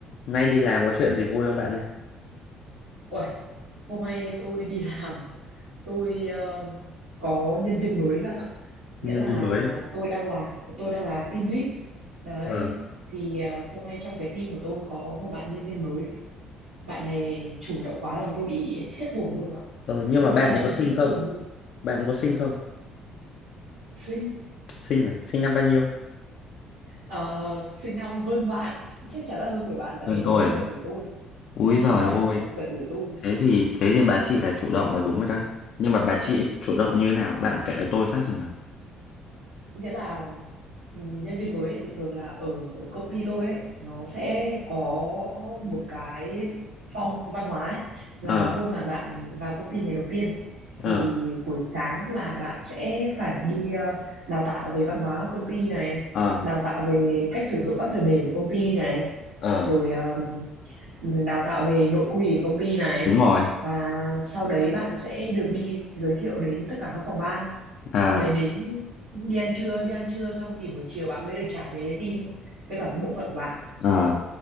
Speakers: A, on the left; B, on the right.
A: Nay đi làm có chuyện gì vui không bạn ơi?
B: Uầy, hôm nay tôi đi làm tôi ờ, có nhân viên mới bạn ạ nghĩa
A: Nhân
B: là
A: viên mới à?
B: tôi đang là tôi đang là team lead đấy
A: Ờ.
B: thì ờ, hôm nay trong cái team của tôi có một bạn nhân viên mới bạn này chủ động quá làm tôi bị hết hồn luôn ạ
A: Ờ, nhưng
B: đúng
A: mà bạn
B: định nghĩa
A: ấy
B: là
A: có sinh
B: hết
A: không?
B: hồn luôn
A: Bạn có sinh không?
B: sinh
A: Sinh à? Sinh năm bao nhiêu?
B: ờ, sinh năm hơn bạn <laughs> chắc chắn là hơn tuổi bạn tại
A: Gần
B: vì
A: tôi
B: còn hơn
A: à?
B: cả tuổi tôi
A: Úi
B: sinh năm
A: giời
B: 97
A: ôi,
B: còn hơn cả tuổi tôi
A: thế thì thế thì bà chị lại chủ động là đúng rồi đấy. Nhưng mà bà chị chủ động như thế nào? Bạn kể cho tôi phát xem nào.
B: nghĩa là ừ, nhân viên mới ấy, thường thường là ở công ty tôi ấy nó sẽ có một cái phong văn hóa ấy, là
A: Ờ,
B: hôm mà bạn vào công ty ngày đầu tiên
A: ờ,
B: thì buổi sáng là bạn sẽ phải đi ờ, đào tạo về văn hóa công ty này
A: ờ,
B: đào tạo về cách sử dụng các phần mềm của công ty này
A: ờ.
B: rồi đào tạo về nội quy của công ty này
A: Đúng rồi.
B: và sau đấy bạn sẽ được đi giới thiệu đến tất cả các phòng ban
A: À,
B: sau đấy đến đi ăn trưa đi ăn trưa xong thì buổi chiều bạn mới được trả về cái team với cả cái bộ phận của bạn
A: ờ